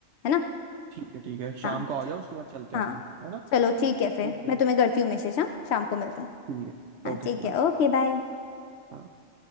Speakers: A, on the left; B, on the right.
A: है ना
B: ठीक है, ठीक है,
A: हाँ
B: शाम को आ
A: च-
B: जाओ उसके बाद चलते
A: हाँ
B: हैं अपन, है ना?
A: चलो ठीक है फिर
B: ओके,
A: मैं तुम्हें करती हूँ मैसेज हाँ शाम को मिलते हैं
B: ठीक है,
A: हाँ
B: ओके,
A: ठीक
B: बाय।
A: है ओके बाय
B: हाँ।